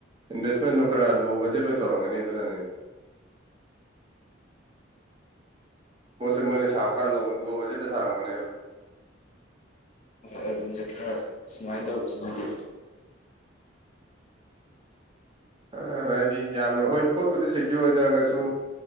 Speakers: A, on the right (about 25°); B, on the left (about 35°).
A: ꯏꯟꯚꯦꯁꯃꯦꯟꯗꯣ ꯈꯔ ꯂꯣ ꯕꯖꯦꯠ ꯑꯣꯏꯅ ꯇꯧꯔꯝꯒꯅꯤ ꯑꯗꯨꯅꯅꯤ ꯄꯣꯠꯁꯦ ꯃꯣꯏꯅ ꯁꯥꯔꯛꯀꯥꯟ ꯂꯣꯕ ꯕꯖꯦꯠꯇ ꯁꯥꯔꯝꯒꯅꯦꯕ
B: ꯍꯣꯏ ꯑꯗꯨꯅꯦ ꯈꯔ ꯁꯨꯃꯥꯏꯅ ꯇꯧꯕꯁꯤꯃꯗꯤ
A: ꯑ ꯍꯥꯏꯗꯤ ꯌꯥꯝꯅ ꯍꯣꯏ ꯄꯣꯠꯄꯨꯗꯤ ꯁꯦꯀ꯭ꯌꯣꯔ ꯑꯣꯏ ꯑꯇꯥꯔꯒꯁꯨ